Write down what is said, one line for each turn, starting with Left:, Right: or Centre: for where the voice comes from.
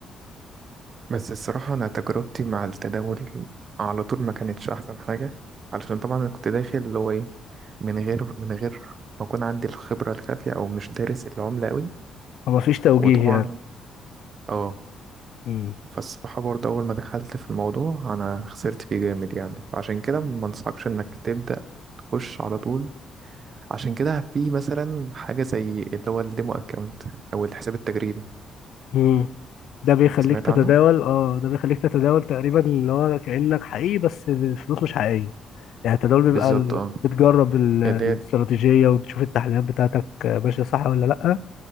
Right: بس الصراحة أنا تجربتي مع التداول على طول ما كانتش أحسن حاجة علشان طبعا أنا كنت داخل اللي هو إيه من غير من غير ما أكون عندي الخبرة الكافية أو مش دارس العملة أوي
Left: ومفيش توجيه
Right: وطبعا
Left: يعني
Right: اه
Left: مم.
Right: فالصراحة برضه أول ما دخلت في الموضوع أنا خسرت فيه جامد يعني عشان كده ما أنصحكش إنك تبدأ تخش على طول عشان كده في مثلا حاجة زي اللي هو الديمو أكاونت أو الحساب التجريبي
Left: مم. ده بيخليك
Right: سمعت
Left: تتداول
Right: عنه؟
Left: اه ده بيخليك تتداول تقريبا اللي هو كأنك حقيقي بس الفلوس مش حقيقية يعني التداول بيبقى
Right: بالظبط
Left: ال-
Right: اه
Left: بتجرب ال- الاستراتيجية
Right: اللي هي
Left: وتشوف التحليلات بتاعتك ماشية صح ولا لأ